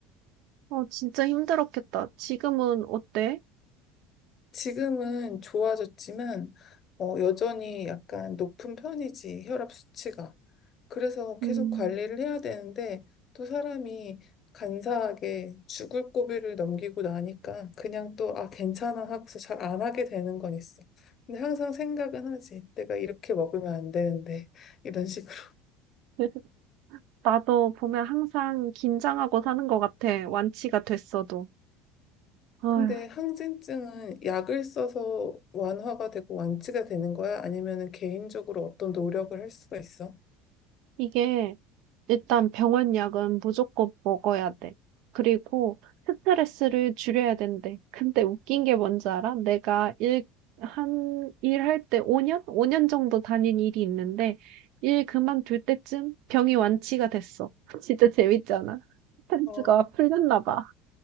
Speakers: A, on the right; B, on the left.
A: 어, 진짜 힘들었겠다. 지금은 어때?
B: 지금은 좋아졌지만 어, 여전히 약간 높은 편이지, 혈압 수치가. 그래서 계속
A: 음,
B: 관리를 해야 되는데 또 사람이 간사하게 죽을 고비를 넘기고 나니까 그냥 또 아 괜찮아 하고서 잘 안 하게 되는 건 있어. 근데 항상 생각은 하지. 내가 이렇게 먹으면 안 되는데 이런 식으로.
A: <laughs> 나도 보면 항상 긴장하고 사는 것 같아. 완치가 됐어도. 어휴,
B: 근데 항진증은 약을 써서 완화가 되고 완치가 되는 거야? 아니면은 개인적으로 어떤 노력을 할 수가 있어?
A: 이게 일단 병원 약은 무조건 먹어야 돼. 그리고 스트레스를 줄여야 된대. 근데 웃긴 게 뭔지 알아? 내가 일, 한, 일할 때 5년? 5년 정도 다닌 일이 있는데, 일 그만둘 때쯤 병이 완치가 됐어. <laughs> 진짜 재밌잖아. 스트레스가
B: 어,
A: 풀렸나 봐.